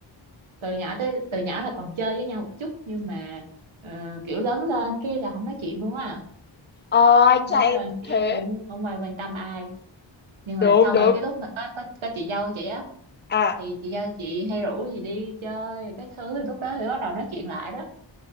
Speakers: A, on the right; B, on the left.
A: từ nhỏ tới từ nhỏ là còn chơi với nhau một chút nhưng mà ờ, kiểu lớn lên cái là không nói chuyện luôn á
B: Ờ, anh
A: lớn
B: trai em
A: lên
B: cũng
A: cái
B: thế.
A: cũng không ai quan tâm ai nhưng mà
B: Đúng,
A: xong
B: đúng.
A: rồi cái lúc mà có có có chị dâu chị á
B: À,
A: thì chị dâu chị hay rủ gì đi chơi cái thứ thì lúc đó thì bắt đầu nói chuyện lại đó